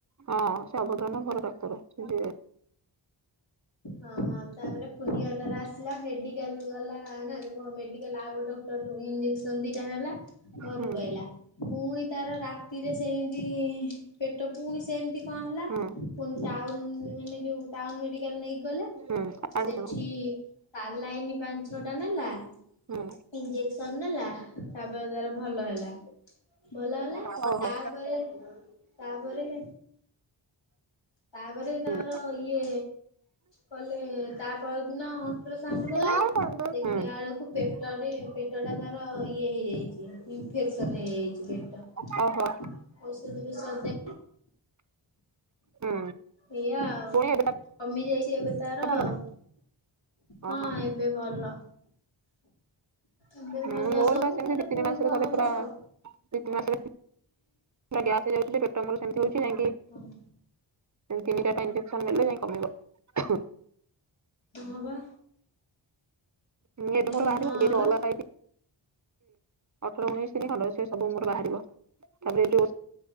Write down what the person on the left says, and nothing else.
ହଁ ତାପରେ ପୁନିଆ ତାର ଆସିଲା ମେଡିକାଲ ଗଲା ମେଡିକାଲ ଆଉ ଗୋଟ ଇଞ୍ଜେକସନ ଦିଟା ନେଲା ଘରକୁ
ଆଇଲା। ପୁଣି ତାର ରାତିରେ ସେମିତି ପେଟ ପୁଣି ସେମିତି କଣ ହେଲା?
ଟାଉନ ମାନେ ଯୋଉ ଟାଉନ ମେଡି ନେଇକି ଗଲେ
ସେଠି ସାଲାଇନି ପାଞ୍ଚ ଛଅ ଟା ନେଲା।
ଇଞ୍ଜେକ୍ସନ ନେଲା ତାପରେ ତାର ଭଲ ହେଲା। ଭଲ ହେଲା
ତାପରେ ତାପରେ ତାପରେ
ତାଙ୍କର ଇଏ କଲେ ତା ପରଦିନ ଅଲଟ୍ରାସାଉଣ୍ଡ କଲେ।
ଦେଖିଲା ବେଳକୁ ପେଟରେ ପେଟଟା ତାର ଇଏ ହେଇଯାଇଛି ଇନଫେକ୍ସନ ହେଇଯାଇଛି। <unintelligible>
<inaudible>
ଏଇଆ ଆଉ
କମିଯାଇଛି ଏବେ ତାର
ଆଉ
ହଁ
ଏବେ ଭଲ। ଏବେ
ଭଲ
ସବୁ
ତାର
ପୁଣି
କଣ
ହବ
ଆଉ।
ହଁ
ହଁ ପା।
ଏ ହଁ ବା